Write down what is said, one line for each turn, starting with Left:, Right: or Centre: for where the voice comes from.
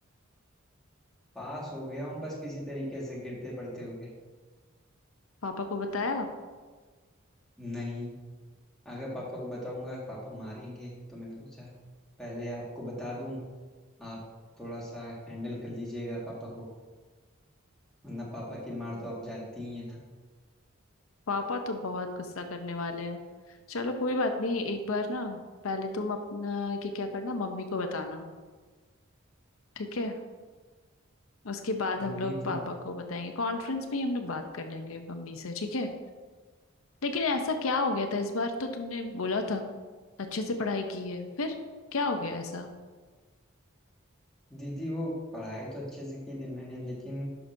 Centre: पास हो गया हूँ बस किसी तरीके से गिरते पड़ते हुए
Left: पापा को बताया
Centre: नहीं अगर पापा को बताऊंगा पापा मारेंगे तो मैंने सोचा पहले आपको बता दूं आप थोड़ा सा हैंडल कर लीजिएगा पापा को वरना पापा की मार तो आप जानती ही है ना
Left: पापा तो बहुत गुस्सा करने वाले हैं चलो कोई बात नहीं एक बार ना पहले तुम अपना ये क्या करना मम्मी को बताना ठीक है उसके बाद
Centre: मम्मी
Left: हम लोग पापा
Centre: फिर
Left: को बताएंगे कॉन्फ्रेंस में ही हम लोग बात कर लेंगे मम्मी से ठीक है लेकिन ऐसा क्या हो गया था इस बार तो तुमने बोला था अच्छे से पढ़ाई की है फिर क्या हो गया ऐसा
Centre: दीदी वो पढ़ाई तो अच्छे से की थी मैंने लेकिन